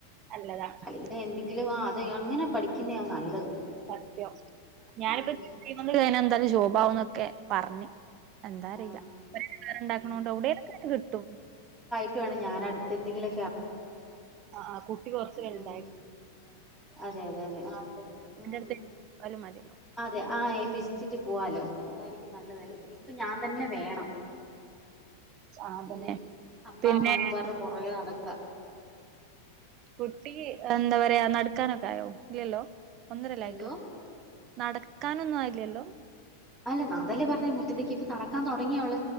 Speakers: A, on the right (about 35°); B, in the centre.
A: നല്ലതാണ്
B: അല്ലെങ്കിൽ എന്തെങ്കിലും ആ അത് അങ്ങനെ പഠിക്കുന്നയാ നല്ലത്.
A: സത്യം ഞാനിപ്പോ
B: ഉം
A: <unintelligible> <unintelligible> ജോബാവുന്നൊക്കെ പറഞ്ഞ് എന്താ അറിയില്ല
B: ആ
A: ഇണ്ടാക്കണ
B: ഉം
A: കൊണ്ട് അവിടോക്ക കിട്ടും.
B: ക്ക് വേണം ഞാന അടുത്ത് എന്തെങ്കിലൊ
A: ആ കുട്ടി കൊറച്ച് പേരുണ്ടായി
B: ഉം അതെ അതെ അതെ ആ മ്
A: അടുത്ത് ലും മതിയല്ലോ
B: അതെ ആ ഏപ്പിച്ചിച്ചിട്ട് പുവാലോ. അതായിരിക്കും നല്ലതല്ലേ പിന്നെ ഇപ്പ ഞാൻ തന്നെ വേണം
A: ആ അതന്നെ
B: മ് അമ്മ
A: പിന്നെ
B: അമ്മാന്ന് പറഞ്ഞ് കൊറേ <unintelligible>
A: കുട്ടി എന്താ പറയാ നടക്കാനൊക്കെ ആയോ ഇല്ലില്ലോ ഒന്നരയല്ലേ
B: എന്തോ
A: ആയിട്ടു നടക്കാനൊന്നും ആയില്ലല്ലോ
B: അല്ല അതല്ലേ പറഞ്ഞേ മുറ്റത്തേക്ക് നടക്കാൻ തുടങ്ങി അവൾ